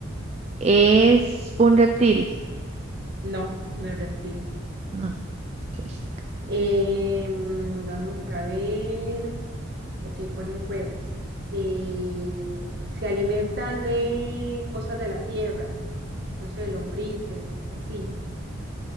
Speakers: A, on the right; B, on the right.
A: es un reptil.
B: No, no es reptil.
A: No. ok.
B: Eh, mm, vamos a ver. Ok, pone huevos. Eh, se alimenta de cosas de la tierra, no sé, lombrices, así.